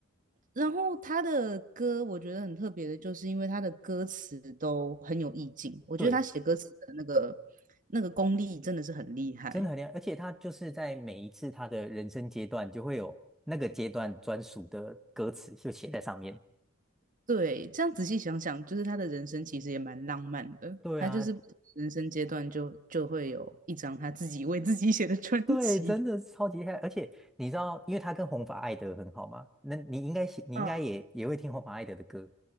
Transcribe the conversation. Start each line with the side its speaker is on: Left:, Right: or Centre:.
Right: 然后他的歌我觉得很特别的，就是因为他的歌词都很有意境，我觉得他写歌词的那个那个功力真的是很厉害。
Centre: 对，真的很厉害，而且他就是在每一次他的人生阶段，就会有那个阶段专属的歌词就写在上面。
Right: 对，这样仔细想想，就是他的人生其实也蛮浪漫的，
Centre: 对啊，
Right: 他就是不同人生阶段就就会有一张他自己为自己写的专辑。
Centre: 对，真的是超级厉害。而且你知道，因为他跟弘法爱德很好嘛，那你应该喜你应该也也会听弘法爱德的歌。
Right: 嗯，<laughs>